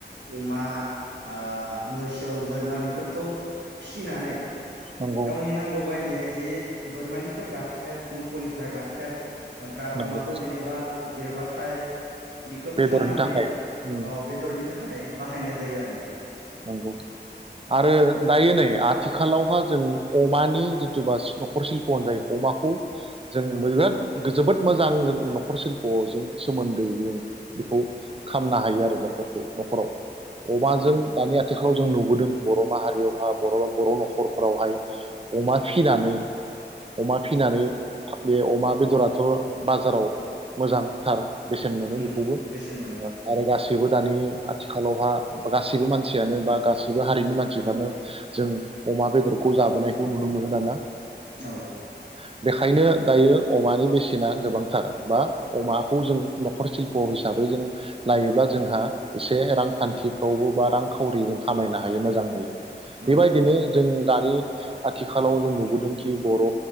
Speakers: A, on the right; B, on the right.
A: अमा आ मोसौ बोरमा बेफोरखौ फिनानै
B: नंगौ
A: गावनि नांगौ बायदियै जि बोरमानिफ्राय गाखेर मोखौनिफ्राय गाखेर ओमफ्राय
B: नंगौ
A: अमाखो जेनेबा देरबाथाय बिखौ
B: बेदरनि
A: फाननानै
B: थाखाय उम,
A: अ बेदरनि थाखाय बाहायनाय जायो आरो ना
B: नंगौ आरो दायो नै आथि खालावहा जों अमानि जिथुबा न'खर सिल्प होनजायो अमाखौ जों
A: औ
B: बिराद जोबोद मोजां जों न'खर सिल्प'जों सोमोन्दै जों बेखौ खामनो हायो आरो न'खरखौ न'खराव अमाजों
A: औ
B: दानि आथिखालाव जों नुबोदों बर' माहारियावहा बर' बर' न'खरफोरावहाय अमा फिनानै अमा फिनानै बे अमा बेदराथ' बाजाराव मोजांथार बेसेन मोनो
A: उम
B: बेखौबो
A: बेसेन मोनो
B: आरो गासैबो बो दानि आथिखालावहा गासिबो मान मानसियानो बा गासिबो हारिनि मानसिफ्रानो जों अमा बेदरखौ जाबोनायखौ नुनो मोनो दाना
A: औ
B: द बेखायनो दायो अमानि बेसेना गोबांथार बा अमाखौ जों नखर स्लिप' हिसाबै जों लायोब्ला जोंहा एसे रांखान्थिफ्रावबो बा रां फरिजों खामायनो हायो मोजांहै बेबायदिनो
A: औ
B: जों दानि आथिखालाव जों नुबोदोंखि बर'